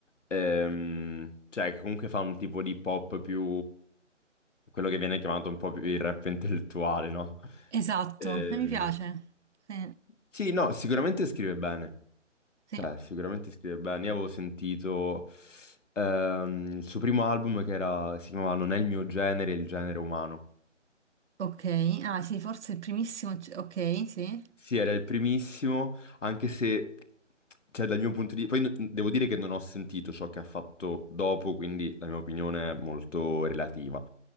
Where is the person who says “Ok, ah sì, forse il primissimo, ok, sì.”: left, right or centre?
Right